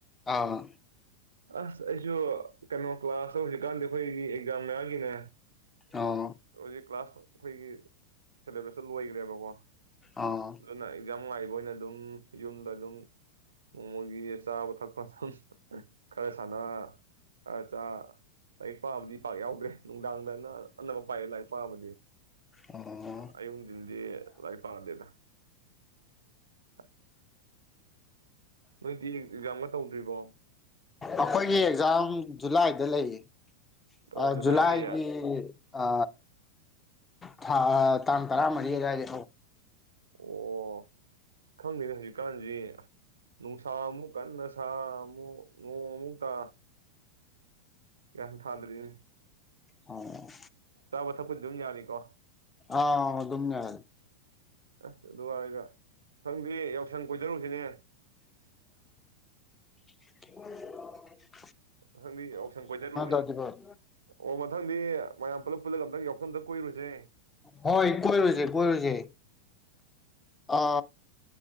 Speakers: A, on the left; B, on the right.
A: ꯑꯥ
B: ꯑꯁ ꯑꯩꯁꯨ ꯀꯩꯅꯣ ꯀ꯭ꯂꯥꯁꯇ ꯍꯧꯖꯤꯛꯀꯥꯟꯗꯤ ꯑꯩꯈꯣꯏꯒꯤ ꯑꯦꯛꯖꯥꯝ ꯃꯌꯥꯝꯒꯤꯅꯦ
A: ꯑꯣ
B: ꯔꯖꯤ ꯀ꯭ꯂꯥꯁ ꯑꯩꯈꯣꯏꯒꯤ ꯁꯦꯂꯦꯕꯁꯇ ꯂꯣꯏꯈ꯭ꯔꯦꯕꯀꯣ
A: ꯑꯣ
B: ꯅ ꯉꯥꯏꯕ ꯑꯣꯏꯅ ꯑꯗꯨꯝ ꯌꯨꯝꯗ ꯑꯗꯨꯝ ꯅꯣꯡꯃꯣꯏꯒꯤ ꯆꯥꯕ ꯊꯛꯄ ꯑꯗꯨ ꯈꯔ ꯁꯥꯟꯅ ꯈꯔ ꯂꯥꯏꯔꯤꯛ ꯄꯥꯕꯨꯗꯤ ꯄꯥꯛ ꯌꯥꯎꯗ꯭ꯔꯦ ꯅꯨꯡꯗꯥꯡꯗꯅ ꯑꯅꯝꯕ ꯄꯥꯏ ꯂꯥꯏꯐꯕ
A: ꯑꯣ
B: ꯑꯩꯍꯟꯤꯟꯗꯤ ꯂꯏ ꯄꯥꯔꯗꯦꯗ ꯑ ꯅꯣꯏꯗꯤ ꯇꯧꯗ꯭ꯔꯤꯕꯣ
A: ꯑꯩꯈꯣꯏꯒꯤ ꯑꯦꯛꯖꯥꯝ ꯖꯨꯂꯥꯏꯗ ꯂꯩꯌꯦ
B: ꯑꯣ
A: ꯑ
B: ꯖꯨꯂꯥꯏ
A: ꯖꯨꯂꯥꯏꯒꯤ
B: ꯂꯩꯌꯦ
A: ꯑ ꯊꯥ ꯇꯥꯡ ꯇꯔꯥ ꯃꯔꯤ ꯀꯥꯏꯗ ꯍꯅꯤ
B: ꯑꯣ ꯈꯪꯗꯦꯅꯦ ꯍꯧꯖꯤꯛꯀꯥꯟ ꯅꯨꯡꯁꯥ ꯑꯃꯨꯛ ꯀꯟꯅ ꯁꯥ ꯑꯃꯨꯛ ꯅꯣꯡ ꯑꯃꯨꯛꯛꯇꯥ ꯀꯌꯥꯝ ꯊꯥꯗꯔꯤꯅꯦ
A: ꯑꯣ
B: ꯆꯥꯕ ꯊꯛꯄꯗꯤ ꯑꯗꯨꯝ ꯌꯥꯅꯤꯀꯣ
A: ꯑꯥ ꯑꯗꯨꯝꯅ
B: ꯑꯁ ꯑꯗꯨꯗꯨꯋꯥꯔꯒ ꯁꯪꯗꯦ ꯌꯥꯎꯁꯪ ꯀꯣꯏꯖꯔꯨꯁꯤꯅꯦ
A: ꯍ
B: ꯊꯪꯗꯤ ꯌꯥꯎ ꯁꯪ ꯀꯣꯏꯊꯔꯨꯌꯦꯦ
A: ꯗꯥꯗꯤꯕꯛ
B: ꯑꯣ ꯃꯊꯪꯗꯤ ꯃꯌꯥꯝ ꯄꯨꯂꯞ ꯄꯨꯜꯂꯒ ꯑꯝꯇꯪ ꯌꯥꯎꯁꯪ ꯑꯝꯇ ꯀꯣꯏꯔꯨꯁꯦ
A: ꯍꯣꯏ ꯀꯣꯏꯨꯁ ꯀꯣꯏꯔꯁ ꯑ